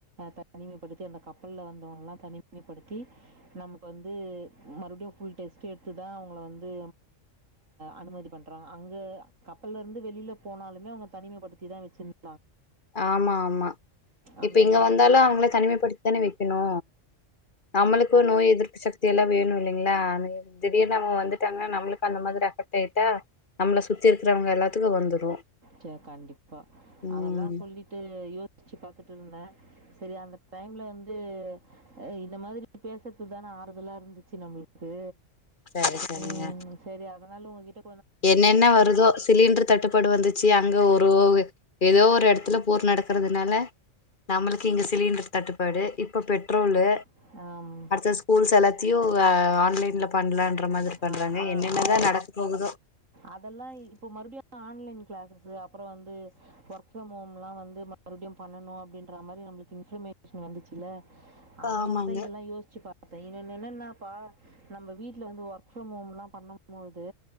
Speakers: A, on the right; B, on the left.
A: தனிமைப்படுத்தி அந்த கப்பலில் வந்தவங்களலாம் தனிமைப்படுத்தி நமக்கு வந்து மறுபடியும் ஃபுல் டெஸ்ட்ட் எடுத்து தான் அவங்கள வந்து அனுமதி பண்றாங்க அங்க கப்பல்ல இருந்து வெளியில போனாலுமே அவங்க தனிமைப்படுத்திதா வச்சிருந்
B: ஆமா ஆமா
A: அந்த
B: இப்ப இங்க
A: மாதிரி
B: வந்தாலு அவங்கள தனிமைப்படுத்திதான வைக்கணு நம்மளுக்கு நோய் எதிர்ப்பு சக்தி எல்லா வேணு இல்லைங்களா <inaudible> திடீர்னு அவுங்க வந்துட்டாங்கன்னா நம்மளுக்கு அந்த மாதிரி அஃபெக்ட் ஆயிட்டா நம்மள சுத்தி இருக்கிறவங்க எல்லாத்துக்கு வந்துரு
A: ச கண்டிப்பா
B: ம்
A: அதெல்லாம் சொல்லிட்டு ட்டு யோசிச்சு பாத்துட்டு இருந்தே சரி அந்த டைம்ல வந்து அ இந்த மாதிரி பேசுறதுதான ஆறுதலா இருந்து ச்சு நம்மளுக்கு
B: சரி சரிங்க
A: உம் சரி அடுத் இதனால உங்கிட்ட
B: என்னென்ன வருதோ சிலிண்டர் தட்டுப்பாடு வந்துச்சு த்தி அங்க ஒரு ஏதோ ஒரு எடத்துல போர் நடக்கறதுனால நம்மளுக்கு இங்க சிலிண்டர் தட்டுப்பாடு இப்ப பெட்ரோலு
A: டைம்
B: அடுத்த ஸ்கூல்ஸ் எல்லாத்தையு ஆ ஆன்லைன்ல பண்லாண்ட்டு ந்த மாதிரி
A: ஆ
B: பண்றாங்க
A: ஆ
B: என்னென்னதா
A: அந்த
B: நடக்கப் போகுதோ
A: அதெல்லா இப்ப மறுபடியு ஆன்லைன் கிளாஸஸு அப்றோ வந்து ஒர்க் ஃப்ரம் ஹோம் எல்லா வந்து மறுபடியும் பண்ணனு அப்டின்ற மாரி நம்மளுக்கு இன்ஃபர்மேஷன் வந்துச்சுல்ல அதனால
B: ஆமாங்க
A: தான் இதெல்லாம் யோசிச்சு பா ப்ப இன்னொன்னு என்னன்னாப்பா நம்ம வீட்ல வந்து ஒர்க் ஓர்க் ஃரம் ஹோம் எல்லாம் பண்ணும்பது